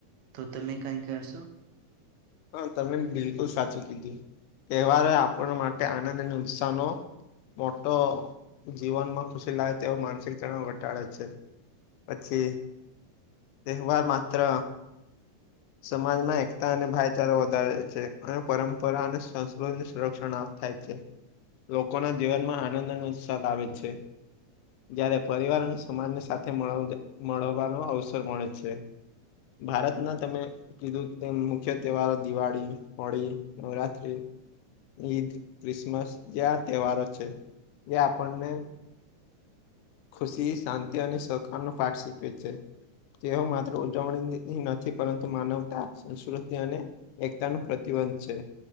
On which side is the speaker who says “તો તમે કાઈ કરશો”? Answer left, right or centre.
Right